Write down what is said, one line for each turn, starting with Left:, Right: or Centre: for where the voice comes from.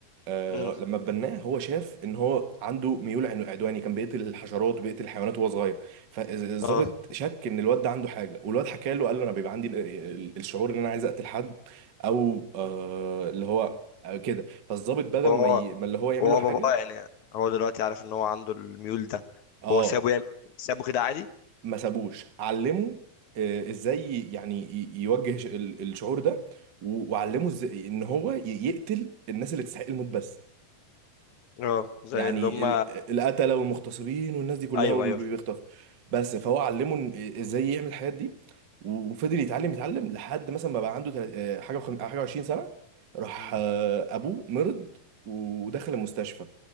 Right: آه،
Left: مم.
Right: لما اتبناه هو شاف ان هو عنده ميول عن- عدواني كان بيقتل الحشرات وبيقتل الحيوانات وهو صغير فالضابط
Left: اه
Right: شك ان الواد ده عنده حاجه والواد حكى له قال له انا بيبقى عندي ال- ال- الشعور ان انا عايز اقتل حد او آه، اللي هو آه، كده فالضابط بدل
Left: وهو
Right: ما ي... ما اللي هو يعمل
Left: وهو
Right: له حاجه
Left: باباه يعني هو دلوقتي عارف ان هو عنده الميول ده
Right: اه
Left: هو سابه يعمل سابه كده عادي
Right: ما سابوش علمه آه، ازاي يعني ي- يوجه ش- ال- الشعور ده و- وعلمه ازاي ان هو ي- يقتل الناس اللي تستحق الموت بس
Left: اه زي
Right: يعني
Left: اللي هم
Right: ال- القتلة والمغتصبين والناس دي كلها
Left: ايوه
Right: واللي
Left: ايوه
Right: بيخطفوا بس فهو علمه إن- آه، ازاي يعمل الحاجات دي و- وفضل يتعلم يتعلم لحد مثلا ما بقى عنده تلات- آه، حاجة وخم- حاجة 20 سنة راح
Left: مم.
Right: آه، ابوه مرض ودخل المستشفى